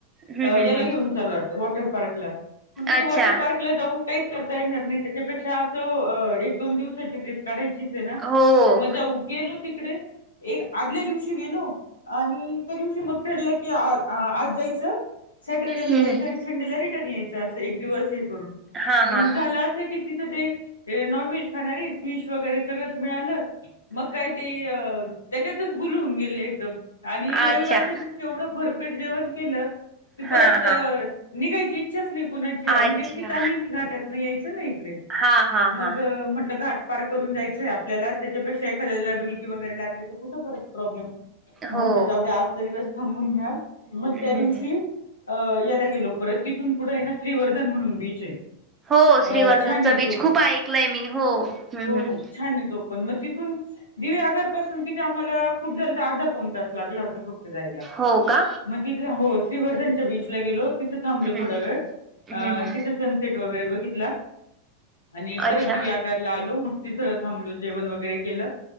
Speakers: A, on the right; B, on the left.
A: हम्म
B: अ याला
A: हम्म हम्म
B: घेऊन चालला होता. वॉटर पार्कला म्हटलं
A: अच्छा
B: ते वॉटर पार्क तिकडं जाऊन काहीच करता येणार नाही. त्याच्यापेक्षा असं अ एक दोन दिवसाची ट्रिप काढायची मग
A: हो
B: जाऊ गेलो तिकडे एक आदल्या दिवशी गेलो. आणि त्या दिवशी मग ठरलं की आ-आज जायचं. सॅटर्डेला
A: हम्म
B: जायचं आणि संडेला रिटर्न यायचं. अस एक दिवस हे करून
A: हा
B: पण
A: हा
B: झाल <unintelligible> तिथं जे ये नॉनव्हेज खाणारी फिश वगैरे सगळंच मिळालं. मग काय ते अ त्याच्यातच गुलून गेले एकदम आणि रविवारच्या
A: अच्छा
B: दिवशी एवढं भरपेट जेवण केलं की
A: हा
B: परत अ
A: हा
B: निघायची इच्छाच नाही कुणाची आणि
A: अच्छा
B: नेमकी तामिनी घाटातन यायचंना इकडे
A: हा हा
B: मग
A: हा
B: म्हटलं घाट पार करून जायचंय आपल्याला त्याच्यापेक्षा एखाद्याला डुलकी वगैरे लागते कुठं परत प्रॉब्लेम म
A: हो
B: म्हटल जाऊद्या आजचा दिवस थांबून घ्या. मग
A: हम्म
B: त्या दिवशी अ याला गेलो परत तिथून पुढं येना श्रीवर्धन म्हणून बीच आहे.
A: हो
B: अ
A: श्रीवर्धन
B: छान
A: चा
B: येतो
A: बीच खूप
B: ब
A: ऐकले मी हो. हम्म
B: हो
A: हम्म
B: छान आहे तो पण मग तिथून दिवे आगारपासून तिथे आम्हाला खूप जर तर अर्धा पोन तास लागला होता फक्त जायला.
A: हो का
B: मग तिथला हो श्रीवर्धनच्या बीचला गेलो. तिथं थांबलो
A: हम्म
B: थोडा वेळ
A: हम्म
B: अ
A: हम्म
B: तिथं सनसेट वगैरे बघितला आणि परत
A: अच्छा
B: दिवेअआगरला आलो मग तिथ थांबलो जेवण वगैरे केलं.